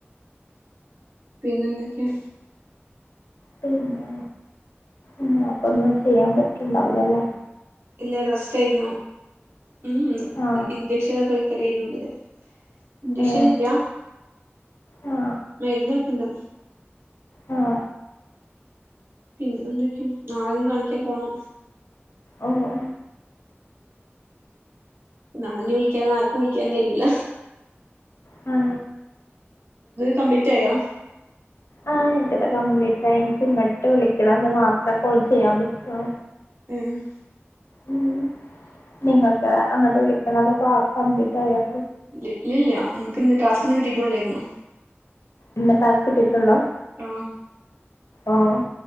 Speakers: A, on the right (about 60°); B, on the left (about 80°).
A: പിന്നെ എന്തൊക്കെയാ?
B: പിന്നെ ഉം അപ്പൊന്നും ചെയ്യാൻ പറ്റുണ്ടാവില്ലല്ലേ?
A: ഇല്ല റസ്റ്റ് ആയിരുന്നു മം
B: ആ
A: ഇൻചക്ഷനൊക്കെ വക്കലാരുന്നിന്നലെ. ഇഞ്ചഷനില്ല
B: ഏ ആ
A: മരുന്നൊക്കെണ്ട്
B: ആ
A: പിന്നെന്തൊക്കെയും നാളെ ഇനി കാണിക്കാം പോണം
B: ഓ ഓ
A: നാളന്നെ വിളിക്കാൻ ആർക്കും വിളിക്കാൻ കയൂല
B: മ്
A: കംപ്ലീറ്റ് ആയോ?
B: ആഹ് എന്റത് കംപ്ലീറ്റ് ആയി. എനിക്ക് ഇങ്ങട്ട് വിളിക്കണം ന്ന് മാത്രം കോൾ ചെയ്യാൻ പറ്റുവോ?
A: ഏഹ്
B: മം നിങ്ങൾക്ക് അങ്ങോട്ട് വിളിക്കണത് ക കംപ്ലീറ്റായോ?
A: ഇല് ഇല്ല്യാ ഇൻക്ക്ന്ന് ടാസ്ക്ന്ന് കിട്ടിയിട്ടോള്ളായിരുന്നു
B: ഇന്ന് ടാസ്ക് കിട്ടിയിട്ടുള്ളോ?
A: ആഹ്
B: ആഹ്